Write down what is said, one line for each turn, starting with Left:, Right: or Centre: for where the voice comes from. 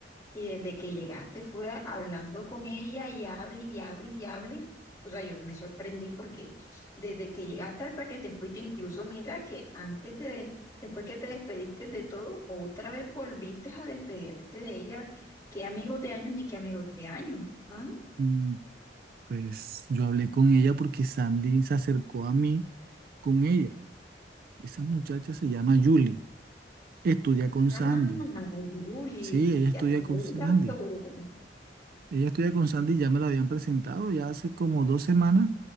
Left: Y desde que llegaste fue hablando con ella y hable y hable y hable. O sea, yo me sorprendí porque desde que llegaste hasta que te fuiste, incluso mira que antes de, después que te despediste de todo, otra vez volviste a despedirte de ella. Qué amigos de años ni qué amigos de años ¿Ah?
Right: Mm, Pues yo hablé con ella porque Sandy se acercó a mí con ella. Esa muchacha se llama Julie. Estudia con
Left: Ah,
Right: Sandy.
Left: Yuli,
Right: Sí, ella estudia
Left: ya tengo
Right: con
Left: el
Right: Sandy.
Left: dato.
Right: Ella estudia con Sandy, ya me la habían presentado ya hace como dos semanas.